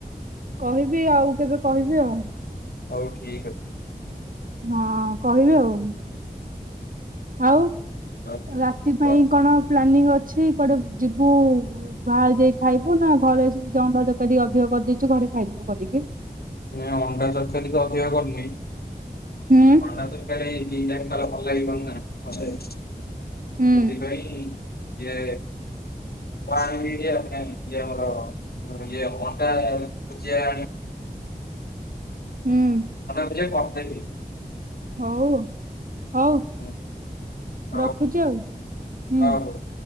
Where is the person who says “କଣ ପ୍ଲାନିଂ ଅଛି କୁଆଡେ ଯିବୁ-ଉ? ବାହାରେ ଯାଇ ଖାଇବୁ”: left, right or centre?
Right